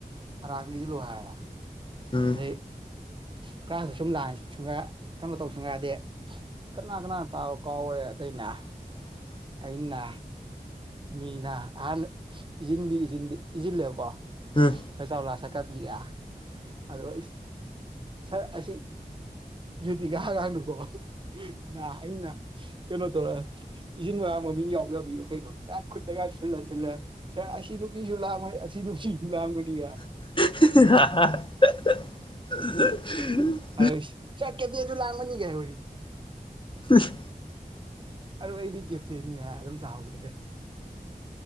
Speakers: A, on the right; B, on the left.
A: ꯑꯔꯥꯡꯕꯤꯗꯤ ꯂꯣꯢꯕ
B: ꯎꯝ
A: ꯑꯗꯩ ꯀ꯭ꯂꯥꯁꯇ ꯁꯨꯝ ꯂꯥꯡ ꯁꯨꯡꯒ ꯀꯩꯅꯣ ꯇꯧ ꯁꯨꯡ ꯍꯥꯏꯗꯤ ꯀꯅꯥ ꯀꯅꯥꯅ ꯇꯥꯎ ꯀꯥꯎꯔꯦ ꯑꯗꯨꯗꯏꯅꯦ
B: <inaudible>
A: ꯑꯩꯅ ꯃꯤꯅ ꯑꯍꯟ ꯏꯁꯤꯟꯗꯤ ꯏꯖꯤꯟ ꯏꯖꯤꯜꯂꯦꯕꯀꯣ
B: ꯎꯝ
A: ꯁꯔ ꯆꯂꯥꯛ ꯁꯛ ꯀꯥꯕꯤꯔꯦ ꯑꯣ ꯁꯥꯔ ꯑꯁꯤ ꯔꯦꯇꯤꯀꯥ ꯑꯉꯥꯡꯗꯀꯣ ꯅꯥ ꯑꯩꯅ ꯀꯩꯅꯣ ꯇꯧ ꯏꯆꯤꯟ ꯃꯥ ꯃꯃꯤꯡ ꯌꯥꯎꯖꯕꯤꯌꯨ ꯀꯩꯩꯅꯣ ꯂ ꯈꯨꯠꯇꯒ ꯊꯜꯂ ꯊꯨꯜꯂ ꯁꯔ ꯑꯁꯤ ꯅꯨꯡꯄꯤꯁꯨ ꯂꯥꯡ ꯑꯁꯤ ꯑꯁꯤꯁꯨ ꯂꯥꯡꯕꯅꯤꯒ
B: <unintelligible>
A: ꯑꯔꯣꯏ ꯑꯁ ꯁꯥꯔ ꯀꯦꯞꯇꯦꯟꯖꯨ ꯂꯥꯡꯕꯅꯤꯒꯦ ꯍꯥꯏ
B: ꯎꯁ
A: ꯑꯗꯨ ꯑꯩꯗꯤ ꯀꯦꯞꯇꯦꯟꯅꯤ ꯍꯥꯏ ꯑꯗꯨꯝ ꯆꯍꯧꯗ꯭ꯔꯦ